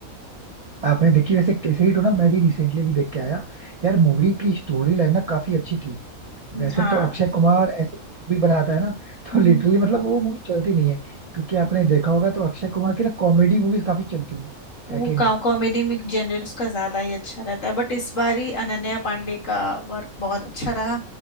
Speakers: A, on the right (about 60°); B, on the left (about 60°).
A: आपने देखी वैसे केसरी टू ना मैं भी रिसेंटली भी देख के आया यार मूवी की स्टोरी लाइन ना काफी अच्छी थी वैसे
B: हाँ
A: तो अक्षय कुमार ऐसी मूवी बनाता है ना
B: हम्म,
A: तो लिटरली मतलब वो मूवी चलती नहीं है क्योंकि आपने देखा होगा तो अक्षय कुमार की ना कॉमेडी मूवीज काफी चलती हैं
B: वो
A: है कि नहीं
B: कॉमेडी में जेनर उसका ज्यादा ही अच्छा रहता है बट इस बार ही अनन्या पांडे का वर्क बहुत अच्छा रहा